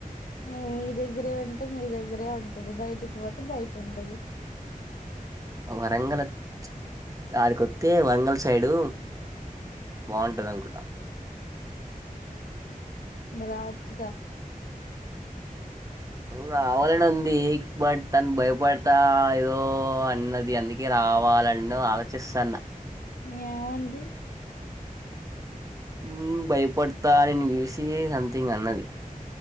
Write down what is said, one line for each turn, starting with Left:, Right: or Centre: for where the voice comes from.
Left: మ్ మీ దగ్గరే ఉంటే, మీ దగ్గరే ఉంటది బైటిక్ పోతే బైటుంటది.
Right: ఆ వరంగల్ అత్ ఆడికొ త్తే వరంగల్ సైడు బాగుంటదన్కుంటా.
Left: మరి రావచ్చుగ.
Right: రావాలని ఉంది బట్ తను భయపడుతా ఏదో అన్నది అందుకే రా రవాలన్న ఆలోచిస్తాన్న
Left: ఏమంది
Right: మ్ భయపడుత నిన్ను చూసి సంథింగ్ అన్నది